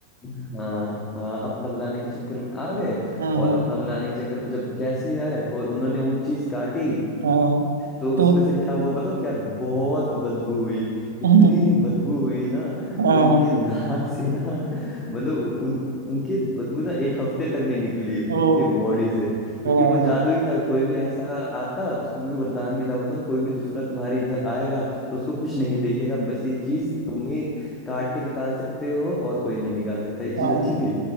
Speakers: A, on the left; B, on the right.
A: हाँ हाँ अपना बनाने के चक्कर में आ गए
B: हाँ
A: और
B: हाँ
A: अपना बनाने के चक्कर में जब जैसी आए और उन्होंने वो चीज काटी
B: हाँ
A: तो
B: तो
A: उसमें से क्या हुआ बताऊँ क्या बहुत बदबू हुई इतनी
B: हाँ
A: बदबू हुई ना
B: हाँ
A: उनके नाक से ना मतलब उन उनकी बदबू ना एक हफ्ते तक नहीं निकली
B: वो
A: उनके बॉडी से क्योंकि
B: हाँ
A: वो जादू ही था कोई भी ऐसा आता उसको भी वरदान मिला होता है कोई भी दूसरा तुम्हारे इधर आएगा तो उसको कुछ नहीं देखेगा बस ये चीज तुम ही काट के निकाल सकते हो और कोई नहीं निकाल सकता ये चीज
B: हाँ,
A: अच्छी थी